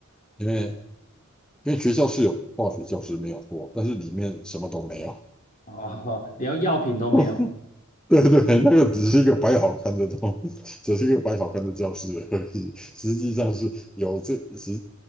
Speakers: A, on the left (about 35°); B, in the centre.
A: <laughs>
B: 因为
A: 嗯
B: 因为学校是有化学教室没有过，但是里面什么都没有。
A: 哦，<laughs> 连药品都没有
B: <laughs> 对对，那个只是一个摆好看的东，只是一个摆好看的教室而已。实际上是有这实